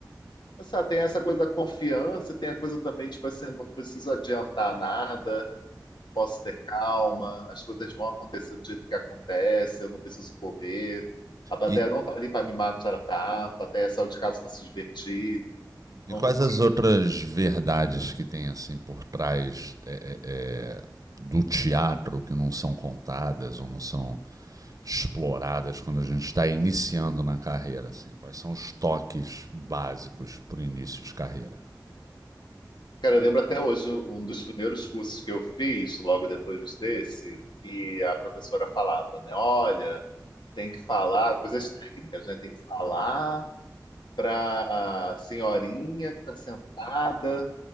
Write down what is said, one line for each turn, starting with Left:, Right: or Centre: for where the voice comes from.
Left: Essa, tem essa coisa da confiança, tem a coisa também, tipo assim, não preciso adiantar nada. posso ter calma, as coisas vão acontecer do jeito que acontece, eu não preciso correr. A plateia
Right: E,
Left: não tá ali para me maltratar, a plateia saiu de casa para se divertir.
Right: E
Left: Então,
Right: quais as outras verdades que tem assim por trás é, é, é, do teatro que não são contadas ou não são exploradas quando a gente está iniciando na carreira? Assim? Quais são os toques básicos para o início de carreira?
Left: cara, eu lembro até hoje um dos primeiros cursos que eu fiz, logo depois desse, e a professora falava, né? Olha, tem que falar coisas técnicas, né? Tem que falar para senhorinha que está sentada